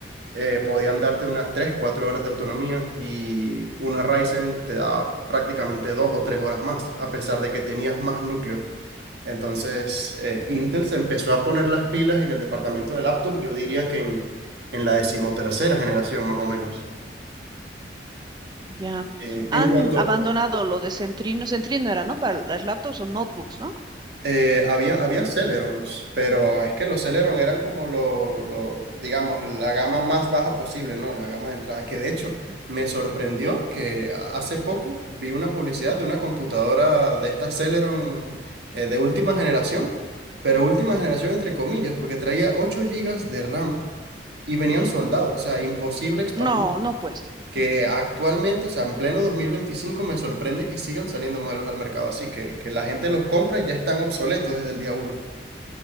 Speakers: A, on the right; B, on the right.
A: eh, podían darte unas 3 4 horas de autonomía y una Ryzen te da prácticamente 2 o 3 horas más, a pesar de que tenías más núcleos. Entonces, eh, Intel se empezó a poner las pilas en el departamento de laptop, yo diría que en, en la decimotercera generación más o menos.
B: Ya.
A: Eh, en
B: Han
A: cuanto,
B: abandonado lo de Centrino. Centrino era, ¿no? Para las laptops o notebooks, ¿no?
A: eh, había, había Celerons, pero es que los Celeron eran como lo, lo, digamos, la gama más baja posible, ¿no? La gama de entrada, que de hecho
B: Ujú.
A: me sorprendió que a- hace poco vi una publicidad de una computadora de esta Celeron eh, de última generación, pero última generación entre comillas, porque traía 8 gigas de RAM y venían
B: Ya.
A: soldados, o sea, imposible expandir.
B: No, no, pues.
A: Que
B: No,
A: actualmente, o sea, en pleno 2025 me sorprende que sigan saliendo modelos al mercado así, que, que la gente los compra y ya están obsoletos desde el día uno.